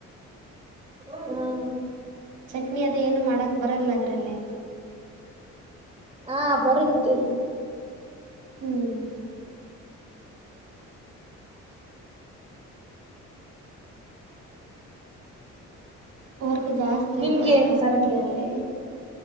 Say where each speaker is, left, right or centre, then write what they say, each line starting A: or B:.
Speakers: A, on the right; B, on the right.
A: ಹ್ಮ.
B: ಚಟ್ನಿ ಅದು ಏನು ಮಾಡೋಕ್ಕ ಬರಲ್ಲ ಅದರಲ್ಲಿ.
A: ಹಾ ಬರುತ್ತೆ.
B: ಹ್ಮ್. ವರ್ಕ್ ಜಾಸ್ತಿ
A: ನಿಮ್ಗೆ
B: ಇತ್ತ
A: ಏನ್
B: ಹಾಸ್ಪಿಟಲಲ್ಲಿ.
A: ಬರುತ್ತೆ